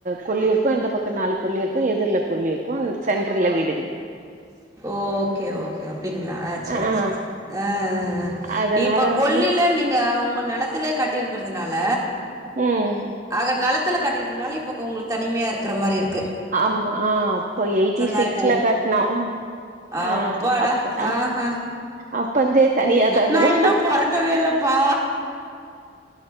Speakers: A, on the right (about 45°); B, on the right (about 20°).
A: கொல்லி இருக்கும் இந்த பக்கம் நாலு கொல்லி இருக்கும் எதிர்ல கொல்லி இருக்கும் அண் சென் டர்ல வீடுக்குது
B: ஓகே ஓகே அப்டிங்களா சேரி
A: ஆ ஆ
B: சேரி ஆஹ்ஹ
A: அதனால
B: இப்ப
A: வந்து
B: கொல்லில நீங்க உங்க நெ நெலத்துல கட்டியிருக்கறதுனால
A: ம்
B: அதநெலத் லு காட்டியிருக்கர்துனால இப்ப உங்களுக்கு தனிமையா இருக்க மாரி இருக்
A: ஆமா அப்போ எயிட்டி சிக்ஸ்ல
B: தான் இப்போ.
A: கட்ன அ ஓ ஆ
B: அப்பாடா!
A: அப்ப
B: ஆஹா!
A: அப்போந்தே தனியா தா இருக்குறோ
B: நான் இன்னும் பொறக்கவே இல்லப்பா.